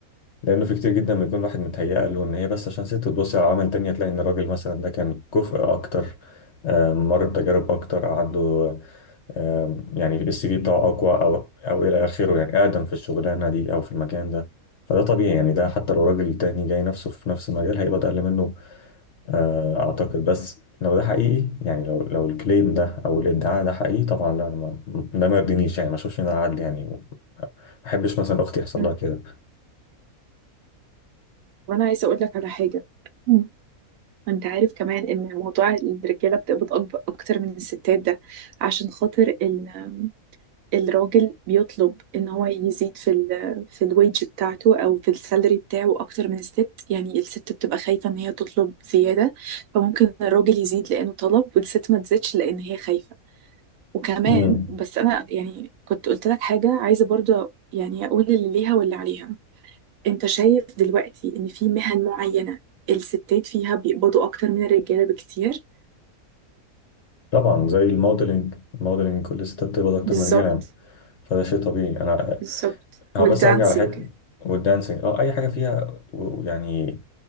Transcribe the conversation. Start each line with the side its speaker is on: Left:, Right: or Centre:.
Left: لانه في كتير جدا بيكون واحد متهيأ له ان هي بس عشان ست وتبص على عوامل تانية تلاقي ان الراجل مثلا ده كان كفء اكتر آه، مر بتجارب اكتر عنده آم، يعني السي في بتاعه اقوى او او الى اخره يعني اقدم في الشغلانه دي او في المكان ده فده طبيعي يعني ده حتى لو راجل تاني جاي نفسه في نفس المجال هيبقى اقل منه آه، اعتقد بس لو ده حقيقي يعني لو لو الكليم ده او الادعاء ده حقيقي طبعا لا انا ما ده ما يرضينيش يعني ما اشوفش ان ده عدل يعني ما احبش مثلا اختي يحصل
Right: مم.
Left: لها كده
Right: وانا عايزه اقول لك على حاجه مم. انت عارف كمان ان موضوع الرجاله بتقبض أكب- اكتر من الستات ده عشان خاطر ال- الراجل بيطلب ان هو يزيد في ال في الويج بتاعته او في السالري بتاعه اكتر من الست يعني الست بتبقى خايفه ان هي تطلب زياده فممكن الراجل يزيد لانه طلب والست ما تزيدش لان هي خايفه وكمان
Left: امم
Right: بس انا يعني كنت قلت لك حاجه عايزه برضو يعني اقول اللي ليها واللي عليها انت شايف دلوقتي ان في مهن معينة الستات فيها بيقبضوا اكتر من الرجالة بكتير
Left: طبعا زي الموديلنج الموديلنج كل الستات بتقبض اكتر
Right: بالظبط
Left: من الرجاله يعني. فده شيء طبيعي انا
Right: بالظبط
Left: هو
Right: والدانسينج
Left: بس ارجع لحته والدانسينج اه اي حاجه فيها و- يعني